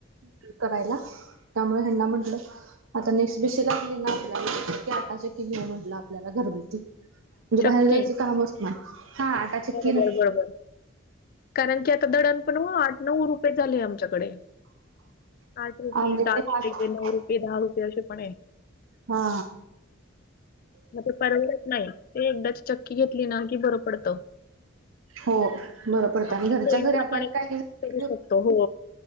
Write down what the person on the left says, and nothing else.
चक्की.
बरोबर
बरोबर कारण की आता दळण पण हो आठ, नऊ रुपये झाले आमच्याकडे. आठ रुपये
दहाशे
नऊ रुपये दहा रुपये असे पण आहे.
मग ते परवडत नाही. ते एकदा चक्की घेतली ना की बरं पडतं.
आपल्या
सोयीप्रमाणे
करू
शकतो हो